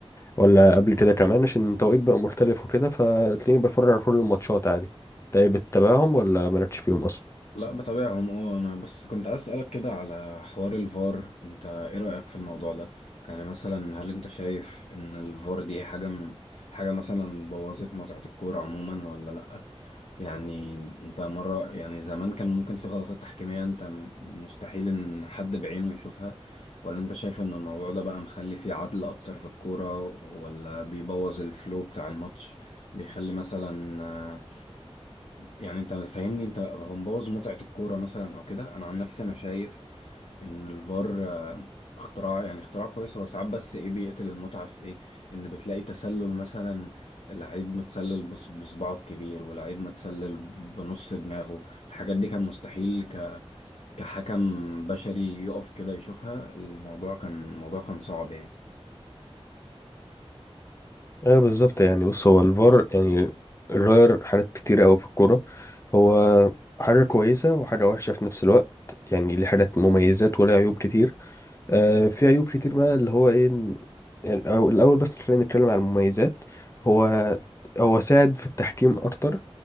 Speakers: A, on the left (about 25°); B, on the left (about 85°).
A: ولا قبل كده كمان عشان التوقيت بقى مختلف وكده فتلاقيني بتفرج على كل الماتشات عادي طيب بتتابعهم ولا مالكش فيهم اصلا
B: لا بتابعهم اه انا بس كنت عايز اسالك كده على حوار الفار انت ايه رايك في الموضوع ده يعني مثلا هل انت شايف ان الفار دي حاجه م... حاجه مثلا بوظت متعه الكوره عموما ولا لا يعني انت مره يعني زمان كان ممكن في غلطات تحكيميه انت م- مستحيل ان حد بعينه يشوفها ولا انت شايف ان الموضوع ده بقى مخلي فيه عدل اكتر في الكوره ولا بيبوظ الفلو بتاع الماتش بيخلي مثلا آه، يعني انت فاهمني انت هو مبوظ متعة الكورة مثلا او كده انا عن نفسي انا شايف ان الفار آه، اختراع يعني اختراع كويس هو ساعات بس ايه بيقتل المتعة في ايه ان بتلاقي تسلل مثلا لعيب متسلل بص- بصباعه الكبير ولعيب متسلل ب- بنص دماغه الحاجات دي كان مستحيل ك... كحكم بشري يقف كده يشوفها الموضوع كان الموضوع كان صعب يعني
A: ايه بالظبط يعني بص هو الفار يعني غير حاجات كتيرة أوي في الكورة هو حاجة كويسة وحاجة وحشة في نفس الوقت يعني ليه حاجات مميزات وله عيوب كتير آه في عيوب كتير بقى اللي هو ايه إن- يعني أو الأول بس خلينا نتكلم عن المميزات هو هو ساعد في التحكيم أكتر